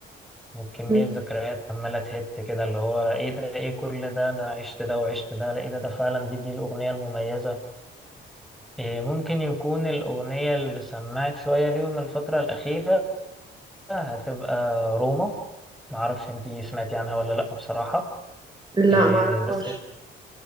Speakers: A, in the centre; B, on the right.
A: وكمية
B: مم.
A: ذكريات عمالة تهت كده اللي هو إيه ده إيه كل ده ده أنا عشت ده وعشت ده لا إيه ده ده فعلا دي دي الأغنية المميزة إيه ممكن يكون الأغنية اللي سمعت شوية ليهم الفترة الأخيرة هتبقى روما معرفش أنت سمعتي عنها ولا لأ بصراحة
B: لا
A: إيه
B: معرفهاش
A: بس